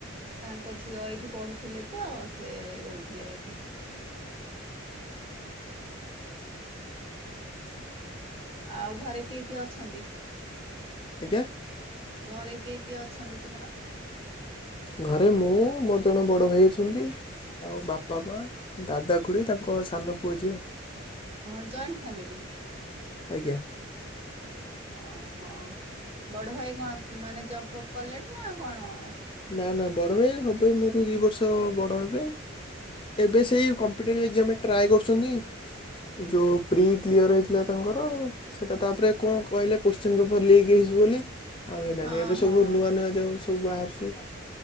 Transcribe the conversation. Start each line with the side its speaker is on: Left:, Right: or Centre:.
Right: ତାଙ୍କ ଝିଅ ଏଇଠି ପଢ଼ୁଥିଲେ ତ ସେ ରହୁଥିଲେ ଏଇଠି। ଆଉ ଘରେ କିଏ କିଏ ଅଛନ୍ତି?
Left: ଆଜ୍ଞା।
Right: ଘରେ କିଏ କିଏ ଅଛନ୍ତି ତୁମର?
Left: ଘରେ ମୁଁ ମୋର ଜଣେ ବଡ଼ ଭାଇ ଅଛନ୍ତି। ଆଉ ବାପା ମା ଦାଦା ଖୁଡ଼ି ତାଙ୍କ ସାନ ପୁଅ ଝିଅ।
Right: ହଁ ଜଏଣ୍ଟ ଫ୍ୟାମିଲି।
Left: ଆଜ୍ଞା।
Right: ଓହୋ ବଡ଼ ଭାଇ କଣ ମାନେ ଜବ୍ ଫପ୍ କଲେଣି ନା କଣ?
Left: ନା ନା ବଡ଼ ଭାଇ ହବେ ମୋଠୁ ଦି ବର୍ଷ ବଡ଼ ହେବେ। ଏବେ ସେଇ କମ୍ପିଟେଟିଭ୍ ଏକ୍ଜାମରେ ଟ୍ରାଏ କରୁଛନ୍ତି। ଯେଉଁ ପ୍ରି କ୍ଲିୟର ହେଇଥିଲା ତାଙ୍କର। ସେଇଟା ତାପରେ କଣ କହିଲେ କୋଶ୍ଚିନ୍ ପେପର୍ ଲିକ୍ ହେଇଛିି ବୋଲି। ଆଉ ହେଲାନି
Right: ହଁ
Left: ଏବେ ସବୁ
Right: ହଁ
Left: ନୂଆ ନୂଆ ଯଉ ସବୁ ବାହାରୁଛି